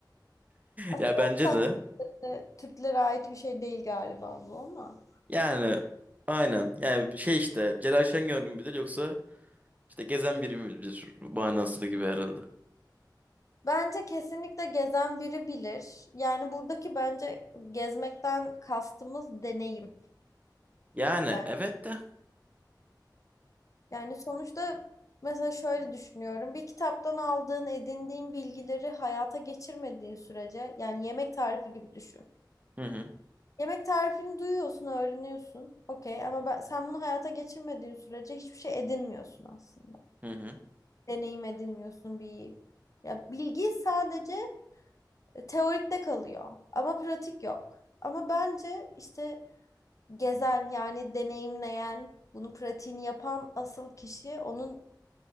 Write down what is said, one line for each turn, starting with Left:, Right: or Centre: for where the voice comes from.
Left: Aslında
Right: Ya
Left: gerçi
Right: bence
Left: sadece
Right: de.
Left: de Türklere ait bir şey değil galiba bu ama.
Right: Yani aynen. Yani şey işte Celal Şengör mü bilir yoksa işte gezen biri mi bilir manasında gibi herhalde.
Left: Bence kesinlikle gezen biri bilir. Yani buradaki bence gezmekten kastımız deneyim
Right: Yani
Left: ben.
Right: evet de.
Left: Yani sonuçta mesela şöyle düşünüyorum. Bir kitaptan aldığın, edindiğin bilgileri hayata geçirmediğin sürece yani yemek tarifi gibi düşün.
Right: Hı hı.
Left: Yemek tarifini duyuyorsun, öğreniyorsun. Okey ama ben- sen bunu hayata geçirmediğin sürece hiçbir şey edinmiyorsun aslında.
Right: Hı hı.
Left: Deneyim edinmiyorsun bir ya bilgi sadece e, teorikte kalıyor ama pratik yok. Ama bence işte gezen yani deneyimleyen, bunu pratiğini yapan asıl kişi onun